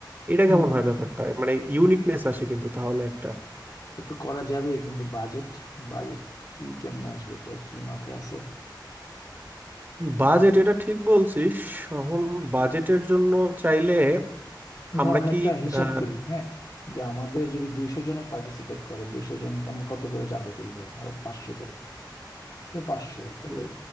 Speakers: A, on the right; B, on the left.
A: এটা
B: হুম
A: কেমন হয় ব্যাপারটা মানে ইউনিকনেস আসে কিন্তু তাহলে একটা
B: তো তো করা যাবে কিন্তু বাজেট বাজেট কি কেমনে আসবে এটা কি মাথায় আছে
A: বাজেট এটা ঠিক বলছিস এখন বাজেটের জন্য চাইলে আমরা
B: ধর আমরা
A: কি
B: একটা হিসাব
A: আহ,
B: করি হ্যাঁ যে আমাদের যদি দুইশো জন পার্টিসিপেট করে দুইশো জন আমরা কত করে চাঁদা তুলবো ধর পাঁচশো করে সে পাঁচশো তাহলে
A: হুম